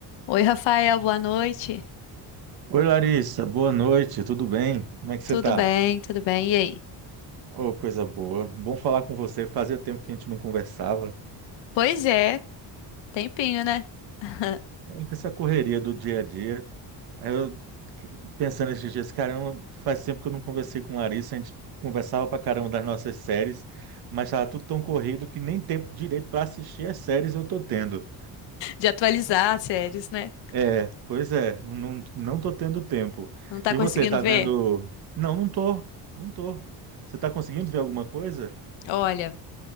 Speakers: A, on the left (about 80°); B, on the right (about 55°).
A: Oi, Rafael, boa noite.
B: Oi, Larissa, boa noite, tudo bem? Como é que você
A: Tudo
B: tá?
A: bem, tudo bem. E aí?
B: Oh, coisa boa. Bom falar com você. Fazia tempo que a gente não conversava.
A: Pois é, tempinho, né? <laughs>
B: É, com Essa correria do dia a dia. Aí Eu que- pensando esses dias, caramba, faz tempo que eu não conversei com Larissa. A gente conversava pra caramba das nossas séries, mas tava tudo tão corrido que nem tempo direito para assistir as séries eu tô tendo.
A: De atualizar as séries, né?
B: É, pois é, não, não tô tendo tempo.
A: Não tá
B: E
A: conseguindo
B: você, tá
A: ver?
B: vendo? Não, não tô, não tô. Você tá conseguindo ver alguma coisa?
A: Olha,